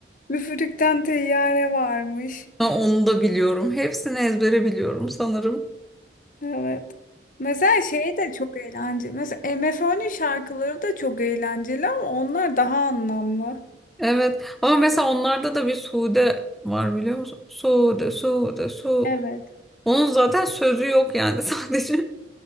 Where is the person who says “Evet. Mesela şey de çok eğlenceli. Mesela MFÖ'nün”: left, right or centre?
Left